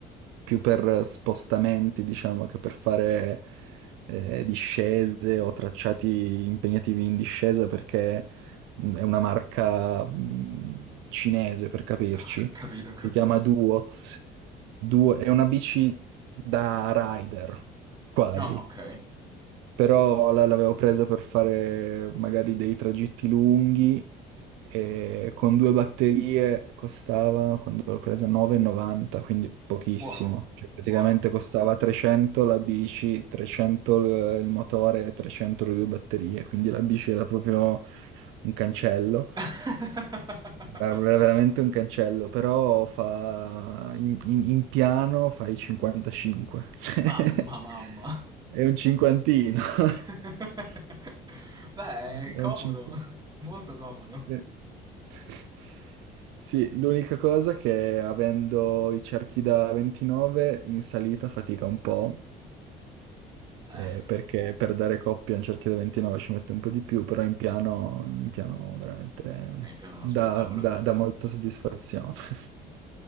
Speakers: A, on the right; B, on the right.
A: più per spostamenti, diciamo, che per fare eh, discese o tracciati impegnativi in discesa, perché mm, è una marca mm, cinese, per capirci.
B: <laughs> Capito, capito.
A: Si chiama Duoz. Duo- è una bici da rider, quasi.
B: No, ok.
A: Però la- l'avevo presa per fare magari dei tragitti lunghi e con due batterie costava, quando l'ho presa, 9,90, quindi pochissimo.
B: Buono,
A: Cioè praticamente
B: buono.
A: costava 300 la bici, 300 il il motore e 300 le due batterie, quindi la bici era proprio un cancello.
B: <laughs>
A: Era veramente un cancello, però fa in, in- in piano fai 55.
B: Mamma,
A: <laughs>
B: mamma.
A: È un cinquantino.
B: <laughs>
A: <laughs>
B: Beh, è
A: È
B: comodo,
A: un cinquantino.
B: molto comodo.
A: Sì. <laughs> Sì, l'unica cosa è che avendo i cerchi da 29 in salita fatica un po',
B: Eh,
A: eh, perché per dare coppia a un cerchio da 29 ci mette un po' di più, però in piano, in piano veramente
B: è in pieno uno
A: dà,
B: spettacolo.
A: dà- dà molta soddisfazione. <laughs>